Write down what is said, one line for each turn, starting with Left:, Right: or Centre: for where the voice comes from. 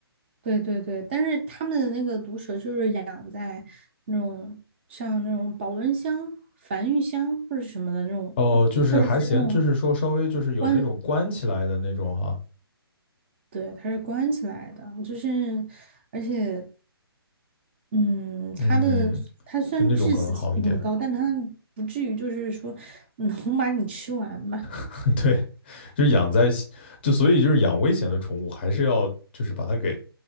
Right: 对对对，但是他们的那个毒蛇就是养在那种像那种保温箱、繁育箱或者什么的那种，
Left: 哦，
Right: 就或者是那种
Left: 就是还行，就是说稍微就是有那种关起来的那种哈，
Right: 关对，它是关起来的，就是，而且，嗯，
Left: 嗯，
Right: 它的它虽然致死性很高，
Left: 就那种可能好一点。
Right: 但它不至于就是说能把你吃完吧。
Left: <laughs> 对，就是养在，就所以就是养危险的宠物，还是要就是把它给